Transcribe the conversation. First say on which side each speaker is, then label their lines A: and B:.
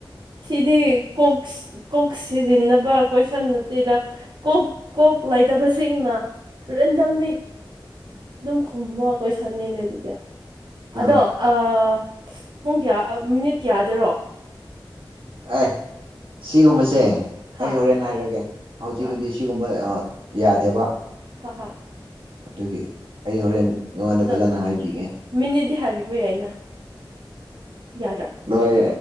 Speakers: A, on the right (about 60°); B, on the right (about 85°).
A: ꯁꯤꯗꯤ ꯀꯣꯛ ꯀꯣꯛ ꯁꯤꯖꯤꯟꯅꯕ ꯀꯣꯏꯁꯟ ꯅꯠꯇꯦꯗ ꯀꯣꯛ ꯀꯣꯛ ꯂꯩꯇꯕꯁꯤꯡꯅ ꯔꯦꯟꯗꯝꯅꯤ ꯑꯗꯨꯝ ꯈꯨꯝꯕ ꯀꯣꯏꯁꯟꯅꯤꯅꯦ ꯑꯗꯨꯗꯤ ꯑꯗꯣ
B: ꯑꯥ
A: ꯑꯥ ꯄꯨꯡ ꯀꯌꯥ ꯃꯤꯅꯤꯠ ꯀꯌꯥꯗꯔꯣ
B: ꯑꯥꯏ ꯁꯤꯒꯨꯝꯕꯁꯦ
A: ꯍꯥ
B: ꯑꯩ ꯍꯣꯔꯦꯟ ꯍꯥꯏꯔꯛꯑꯒꯦ ꯍꯧꯖꯤꯛꯀꯤꯗꯤ
A: ꯍꯥ
B: ꯁꯤꯒꯨꯝꯕ ꯑꯥ ꯌꯥꯗꯦꯕ
A: ꯍꯣꯏ ꯍꯣꯏ
B: ꯑꯗꯨꯒꯤ ꯑꯩ ꯍꯣꯔꯦꯟ ꯅꯉꯣꯟꯗ
A: ꯑꯗꯣ
B: ꯐꯖꯅ ꯍꯥꯏꯕꯤꯒꯦ
A: ꯃꯤꯅꯤꯠꯗꯤ ꯍꯥꯏꯕꯤꯕ ꯌꯥꯏꯅ ꯌꯥꯗ꯭ꯔꯥ
B: ꯅꯣꯏ